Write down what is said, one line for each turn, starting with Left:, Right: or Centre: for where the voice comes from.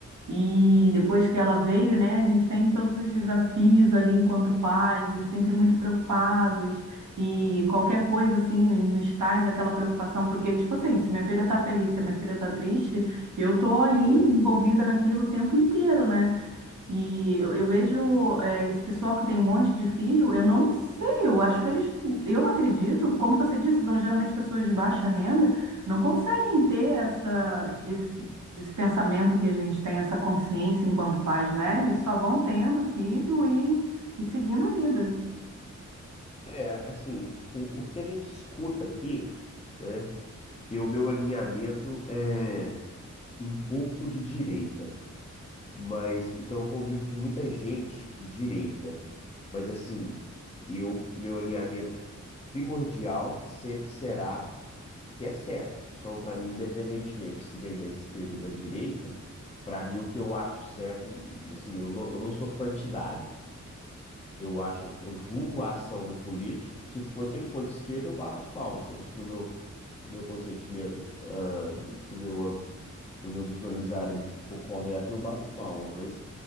Right: E depois que ela veio, né, a gente tem todos os desafios ali enquanto pais e sempre muito preocupados. E qualquer coisa assim no- nos traz aquela preocupação, porque tipo assim, se minha filha tá feliz, se minha filha tá triste, eu tô ali
Left: É.
Right: envolvida naquilo o tempo inteiro, né? E eu, eu vejo é, esse pessoal que tem um monte de filho, eu não sei, eu acho que eles, eu acredito, como você disse, são geralmente pessoas de baixa renda, não conseguem ter essa, esse, esse pensamento que a gente tem, essa consciência enquanto pais, né? Eles só vão tendo filho e, e seguindo a vida.
Left: É, assim, o, o que a gente escuta aqui, né? E o meu alinhamento é um pouco de direita, mas então eu convivo com muita gente de direita. Mas assim, eu, meu alinhamento primordial sempre será o que é certo. Então, para mim, independentemente se vem da esquerda ou da direita, para mim o que eu acho certo, assim, eu não, eu não sou partidário. Eu acho, eu julgo a ação do político. Se for, se ele for de esquerda, eu bato palma, se eu- no meu, no meu consentimento, ah, no meu, no meu visualizar ele tipo, for correto, eu bato palma. Mas